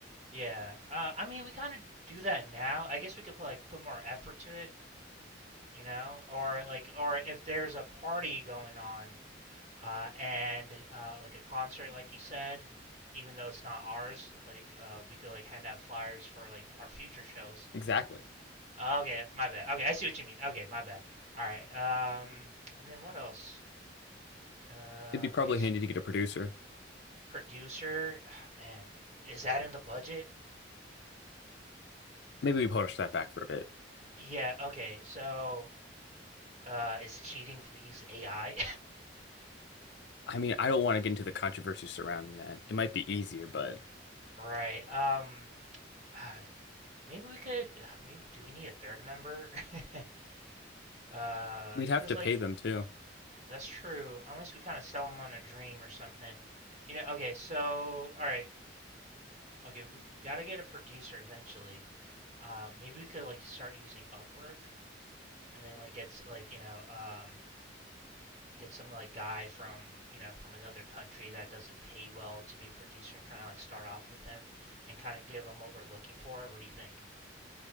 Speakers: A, on the right (about 40°); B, on the left (about 65°).
A: Yeah. Uh, I mean, we kind of do that now. I guess we could put like put more effort to it, you know, or like or if there's a party going on uh, and uh, like a concert, like you said, even though it's not ours, like uh, we could like hand out flyers for like our future shows.
B: Exactly.
A: Okay, my bad. Okay, I see what you mean. Okay, my bad. All right. Um, and then what else? Uh,
B: It'd be probably
A: okay. s
B: handy to get a producer.
A: producer, ah, man, is that in the budget?
B: Maybe we push that back for a bit.
A: Yeah, okay. So, uh, is it cheating if we use AI?
B: I mean, I don't want to get into the controversy surrounding that. It might be easier, but
A: <laughs> right. Um, ah, maybe we could. Maybe do we need a third member? <laughs> Uh,
B: we'd have
A: cause
B: to
A: like
B: pay them too.
A: that's true. Unless we kind of sell them on a dream or something. You know. Okay. So, all right. Okay, we, we gotta get a producer eventually. Uh, maybe we could like start using Upwork and then like gets like you know um get some like guy from you know from another country that doesn't pay well to be a producer and kind of like start off with them and kind of give them what we're looking for. What do you think?